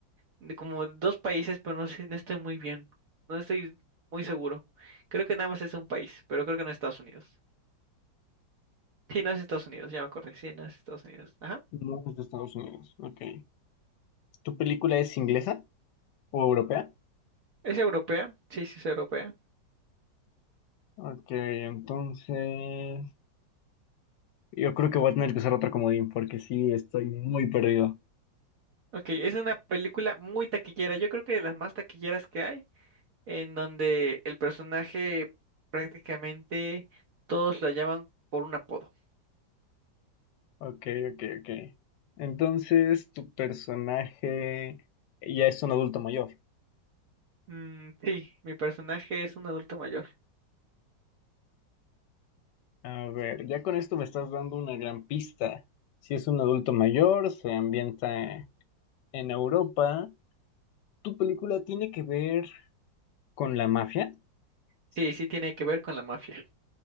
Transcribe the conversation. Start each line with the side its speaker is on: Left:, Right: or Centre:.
Right: de como dos países, pero no sé, no estoy muy bien, no estoy muy seguro. Creo que nada más es un país, pero creo que no es Estados Unidos. Sí, no es Estados Unidos, ya me acordé. Sí, no es Estados Unidos. Ajá.
Left: no es de Estados Unidos? Ok. ¿Tu película es inglesa o europea?
Right: ¿Es europea? Sí, sí, es europea.
Left: Ok, entonces... Yo creo que voy a tener que usar otro comodín porque sí, estoy muy perdido.
Right: Ok, es una película muy taquillera. Yo creo que de las más taquilleras que hay, en donde el personaje prácticamente todos lo llaman por un apodo.
Left: Ok, ok, ok. Entonces, tu personaje ya es un adulto mayor.
Right: Mm, sí, mi personaje es un adulto mayor.
Left: A ver, ya con esto me estás dando una gran pista. Si es un adulto mayor, se ambienta en Europa. ¿Tu película tiene que ver con la mafia?
Right: Sí, sí tiene que ver con la mafia.